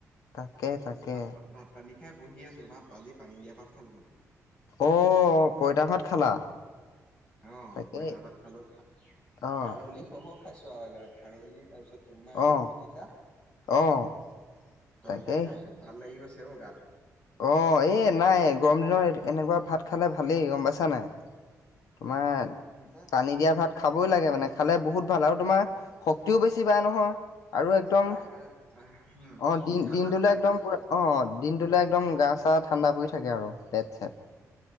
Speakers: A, on the left; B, on the left.
A: তাকে তাকে
B: ভাত ভাত পানী খাই বহি আছো মাত আজি পানী দিয়া ভাত খালো মানে।
A: অ' কইতা ভাত খালা!
B: অ'
A: তাকে
B: পইতা ভাত খালো খাই
A: অ',
B: খাৰলি খহ খাইছো আৰু খাৰলি তাৰপিছত তোমাৰ
A: অ',
B: আলু পিটিকা
A: অ',
B: তেনেকে
A: তাকে
B: খাইছো ভাল লাগি গৈছে বৌ গাটো।
A: অ' এই নাই গৰম দিনত এনেকুৱা ভাত খালে ভালেই গম পাইছা নাই। তোমাৰ
B: উম উম নাই
A: টানি দিয়া ভাল খাবই লাগে মানে খালে বহুত ভাল আৰু তোমাৰ শক্তিও বেছি বায় নহয়। আৰু একদম
B: পাই পাই পাই উম
A: অ' দিন
B: ঠাণ্ডা
A: দিনটোলৈ
B: পৰি থাকে
A: একদম
B: গা চা
A: পুৰা অ' দিনটোলৈ একদম গা চা ঠাণ্ডা পৰি থাকে আৰু পেট চেট।